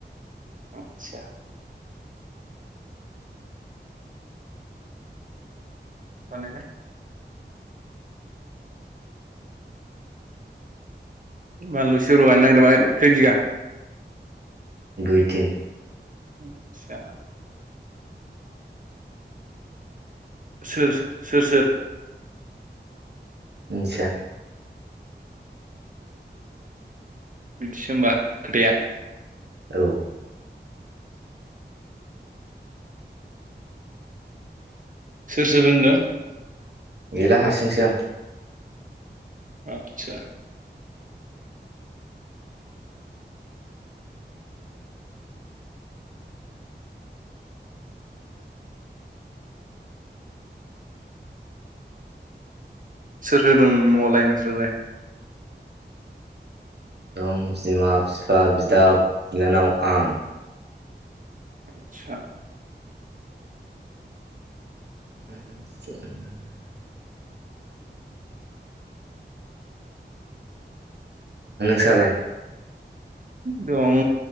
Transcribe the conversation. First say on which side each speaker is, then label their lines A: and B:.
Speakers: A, on the right (about 45°); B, on the right (about 65°).
A: आदसा बानायलाय बानलु सिब्र गायनो नागिरदोंबा खै बिघा
B: दुइ तिन
A: आतसा सोर सोर सोर
B: मिनथिया
A: बिदिसो होमबा खोथाया
B: औ
A: सोर सोर होनदों
B: गैला हारसिंसो आं
A: आतसा सोर होदों न'आवलाय नोंस्रालाय
B: दं बिमा बिफा बिदा बिनानाव आं
A: आतसा
B: <unintelligible> नोंसालाय
A: दं